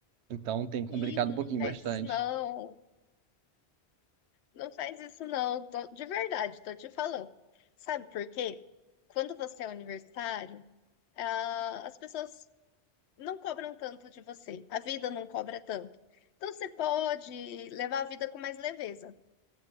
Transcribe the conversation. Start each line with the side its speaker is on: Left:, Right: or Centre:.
Right: Então tem complicado
Left: Menino,
Right: um pouquinho
Left: não faz
Right: bastante.
Left: isso não. Não faz isso não. Tô- de verdade, tô te falando. Sabe por quê? Quando você é universitário, ah, as pessoas não cobram tanto de você. A vida não cobra tanto. Então você pode levar a vida com mais leveza.